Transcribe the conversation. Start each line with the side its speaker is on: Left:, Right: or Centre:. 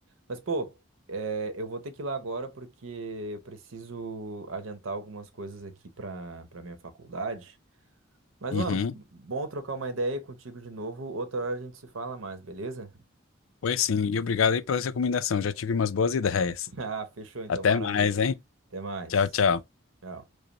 Right: Mas, pô, é, eu vou ter que ir lá agora porque eu preciso adiantar algumas coisas aqui pra, pra minha faculdade. Mas,
Left: Uhum.
Right: mano, bom trocar uma ideia contigo de novo. Outra hora a gente se fala mais, beleza?
Left: Pois sim. E obrigado aí pela recomendação. Já tive umas boas ideias.
Right: <laughs> Ah, fechou então,
Left: Até
Right: maravilha.
Left: mais, hein?
Right: Até mais.
Left: Tchau, tchau.
Right: Tchau.